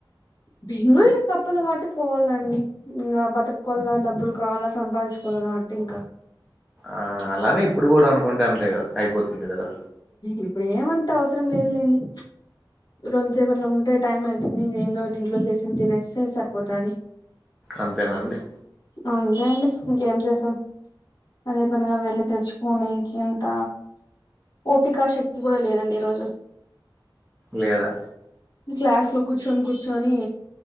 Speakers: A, on the left (about 50°); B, in the centre.
A: బెంగళూరుకి తప్పదు కాబట్టి పోవళ్ళండి ఇంకా బతుక్కోల డబ్బులు కావాలా సంపాదించుకోవాల కాబట్టి ఇంకా
B: ఆ అలానే ఇప్పుడు కూడా అనుకుంటే అంతే కదా అయిపోతుంది కదా
A: ఇప్పుడు ఏమంత అవసరం లేదులేండి రెండుసేపట్లో ఉంటే టైమ్ అయితుంది ఇంకేందోటి ఇంట్లో చేసింది తినేస్తే సరిపోతది
B: అంతేనండి
A: అంతే అండి ఇంకేం చేస్తాం అదే పనిగా వెళ్లి తెచ్చుకోనికింత ఓపికా శక్తి కూడా లేదండి ఈరోజు
B: లేదా
A: మీ క్లాస్లో కూర్చొని కూర్చొని